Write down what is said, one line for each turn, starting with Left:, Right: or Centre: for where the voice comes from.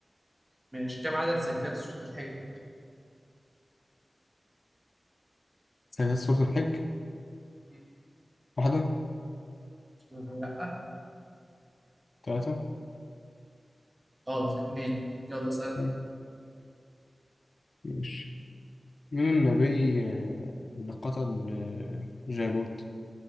Right: ماشي كم عدد سجدات سورة الحج؟
Left: سيدات سورة الحج
Right: مم.
Left: واحدة
Right: لا
Left: ثلاثة
Right: غلط اتنين يلا اسألني
Left: اتنين ماشي مين النبي آه، اللي قتل آه، جالوت؟